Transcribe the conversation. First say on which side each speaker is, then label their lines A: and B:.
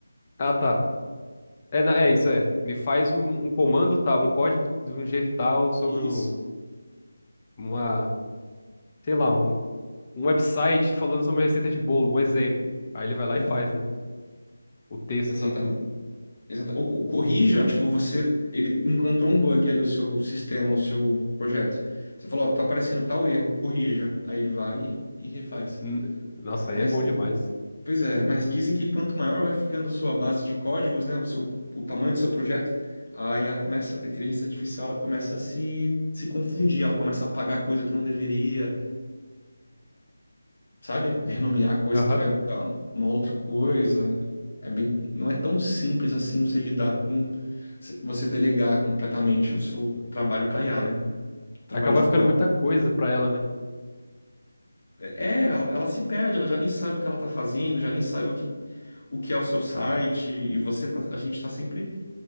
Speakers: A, on the left; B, on the left.
A: Ah, tá. É, na- é isso, é. Me faz um, um comando tal, um código de um jeito tal sobre
B: Isso.
A: um- uma, sei lá, um, um website falando sobre uma receita de bolo, um exemplo. Aí ele vai lá
B: Aham.
A: e faz, né? O texto,
B: Exatamente.
A: assim, tudo.
B: Exata. Ou co- corrija, tipo, você ele encontrou um bug ali, o seu sistema, o seu projeto. Você falou, ó, tá aparecendo tal erro, corrija. Aí ele vai e, e refaz.
A: N- Nossa,
B: Mas,
A: aí é bom demais.
B: pois é, mas dizem que quanto maior vai ficando a sua base de códigos, né, o seu, o tamanho do seu projeto, a IA começa, a inteligência artificial, ela começa a se, se confundir, ela começa a apagar coisa que não deveria, sabe? Renomear coisa
A: Aham.
B: que vai bugar uma outra coisa. É é bem, não é tão simples assim você lidar com, você delegar completamente o seu trabalho para IA, né? Trabalho
A: Acaba
B: de código.
A: ficando muita coisa pra ela, né?
B: É, é, ela, ela se perde, ela já nem sabe o que ela tá fazendo, já nem sabe o que, o que é o seu site, e você, tá- a gente tá sempre,